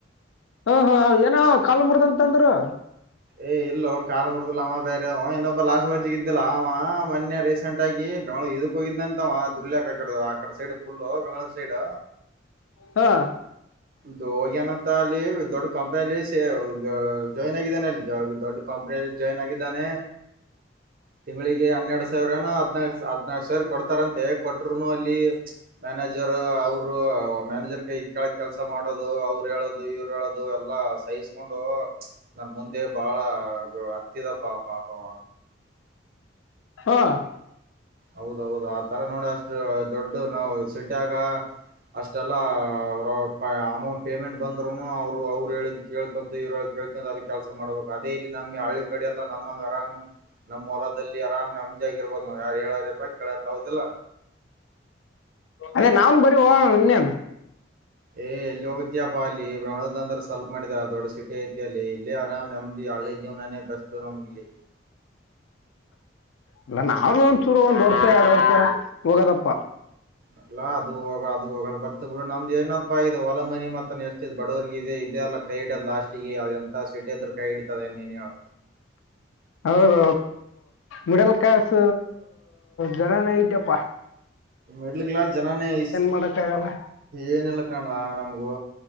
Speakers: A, on the left; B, on the right.
A: ಹಾ ಹಾ ಏನ ಕಾಲ್ ಮಾಡ್ದ ಅಂತ ಅಂದ್ರು
B: ಹೇ ಎಲ್ಲೋ ಕಾಲ ಮುರ್ದಿಲ್ಲ ಅವ ಬ್ಯಾರೆ ಇನ್ನೊಬ್ಬ ಲಾಸ್ಟ್ ವರ್ಜಗ ಇದ್ದಾ ಅವ ಮೊನ್ಯ ರೀಸೆಂಟ್ ಆಗಿ ಬೆಂಗಳೂರ್ ಇದಕ್ ಹೋಗಿದ್ನ ಅಂತ ದುಡಲೆಕ ಆಕಡ ಆಕಡ ಸೈಡ್ ಫುಲ್ ಬೆಂಗಳೂರ್ ಸೈಡ್
A: ಹಾ
B: ಇದು ಹೋಗ್ಯನಂತ ಅಲ್ಲಿ ದೊಡ್ಡ ಕಂಪನಿಯಲ್ಲಿ ಸೇ ಜಾಯಿನ್ ಆಗಿದ್ದಾನೆ ಅಲ್ಲಿ ದೊಡ್ಡ ಕಂಪನಿಯಲ್ಲಿ ಜಾಯನ್ ಆಗಿದ್ದಾನೆ. ತಿಂಗಳಿಗೆ ಹನ್ನೆರಡು ಸಾವಿರೇನೋ ಹದನಾರ್ ಹದ್ನಾರ ಕ ಸಾವಿರ ಕೊಡ್ತಾರಂತೆ ಕೊಟ್ರುನು ಅಲ್ಲಿ ಮ್ಯಾನೇಜ ರ ಅವರು ಮ್ಯಾನೇಜರ್ ಕೈ ಕೆಳಗ ನೋಡದು ಅವ್ರು ಹೇಳೋದು ಇವ್ರು ಹೇಳೋದು ಎಲ್ಲ ಸಹಿಸ್ಕೊಂಡು ಹ <unintelligible> ನನ್ ಮುಂದೆ ಬಹಳ ಅತ್ತಿದ ಪಾ ಪಾಪವ
A: ಹಾ
B: ಹೌದೌದು ಆ ತರ ನೋಡಿ ಅಷ್ಟ ದೊಡ್ಡ ನಾವು ಸಿಟಾಗ ಅಷ್ಟೆಲ್ಲ ಅವ್ರಅವಪ ಅಮೌಂಟ್ ಪೇಮೆಂಟ್ ಬಂದ್ರುನು ಅವರು ಅವ್ರು ಹೇಳಿದ ಕೇಳ್ಕಂತು ಇವ್ರೊಳಗೆ ಕೇಳ್ಕಂತ ಅಲ್ಲಿ ಕೆಲಸ ಮಾಡ್ಬೇಕು ಅದೇ ಇಲ್ಲಿ ನಮ್ಮ ಹಳ್ಳಿ ಕಡ ಎಲ್ಲ ನಮ್ಮಂಗ ಆರಾಮ್ ನಮ್ ಹೊಲದಲ್ಲಿ ಅರಾಮ್ ನೆಮ್ಮದ್ಯಾಗಿ ಇರಬಹದು ನಾವು ಯಾರು ಹೇಳ ಕೆಳರದ ಹವುದೀಲ್ಲ
A: ಅದೇ ನಾವನ್ ಬರೀ ಹೋಗೋಣ ಇನ್ನೇನ್
B: ಏ ಎಲ್ಲಿ ಹೋಗತಪ್ಪಾ ಅಲ್ಲಿ ಬೆಂಗಳೂರಂದ್ರ ಸ್ವಲ್ಪ ಮಾಡಿದ ದೊಡ್ ಸಿಟಿ ಐತಿ ಅಲ್ಲಿ ಇಲ್ಲೆ ರಾಮ್ ನೆಮ್ಮದಿ ಹಳ್ಳಿ ಜೀವನಾನ ಬೆಸ್ಟ ನಮಗಿಲ್ಲಿ
A: ಅಲ್ಲ ನಾವ ಒಂದ್ ಚೂರು ಒಂದ್ ವರ್ಷ ಎರಡು ವರ್ಷ ಹೋಗದಪ್ಪಾ
B: ಅಲ್ಲಾ ಅದು ಹೋಗ ಅದು ಹೋಗದ ಬರ್ತ ಬಿಡು ನಮ್ದ ಏನಾದ್ಪಯಿದು ಇದೆ ಹೊಲ ಮನಿ ಮತ್ತ ಎಷ್ಟ್ ಬಡುರ್ಗೆ ಇದೆ ಇದೆ ಅಲ್ಲ ಕೈ ಹಿಡೋದ ಲಾಸ್ಟಿಗೆ ಅವೇಂತ ಸಿಟೇಂದ್ರು ಕೈ ಹಿಡತವೆನ್ ನೀನೆ ಹೇಳು
A: ಹೌದು ಮಿಡಲ್ ಕ್ಲಾಸ್ ಜನನ ಇಟೇಪ್ಪಾ
B: ಮಿಡ್ಲ್ ಕ್ಲಾಸ್ ಜನಾನೇ ಇಸ
A: ಮಾಡಕ್ಕಾಗಲ್ಲ
B: ಏನಿಲ್ಲ ಕಾಣ್ಲ ನಮ್ಗೂ